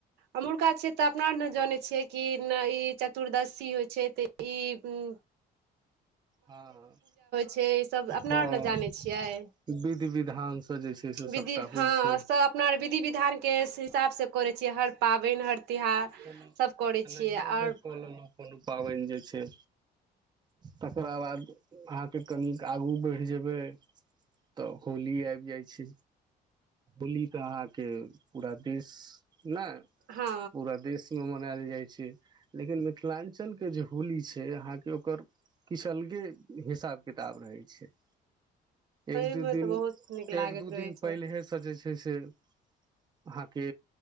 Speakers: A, on the right; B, on the right.
A: एमुहरका छियै तऽ अपना आर ने जानै छियै कि ने ई चतुर्दशी होइ छै त। इ हूँ।
B: हँ
A: छै ई सब अपना
B: हँ।
A: आर ने जानै छियै
B: <unintelligible> विधि -विधान से जे छै। से
A: विधि
B: सभटा
A: हँ
B: होइ छै
A: तऽ अपना आर विधि- विधानके हिसाबसँ करैत छियै, हर पाबनि, हर तिहार,
B: कोनो
A: सभ करैत
B: एनाहिए
A: छियै, आओर।
B: नहि कऽ लेलहुँ कोनो पाबनि जे छै, तकरा बाद अहाँके कनि आगू बढ़ जेबै तऽ होली आबि जाय छै। दिल्ली तऽ अहाँके पूरा देश नै,
A: हँ
B: पूरा देश। <inaudible> मनायल जाइ छै, लेकिन मिथिलांचलकऽ जे होली छै अहाँके ओकर। <unintelligible> किछु अलगे हिसाब किताब रहै छै। एक
A: ओहिमे
B: दू दिन,
A: तऽ बहुत नीक लागैत
B: एक दू
A: रहै
B: दिन
A: छै
B: पहिले स। <unintelligible> जे छै से अहाँके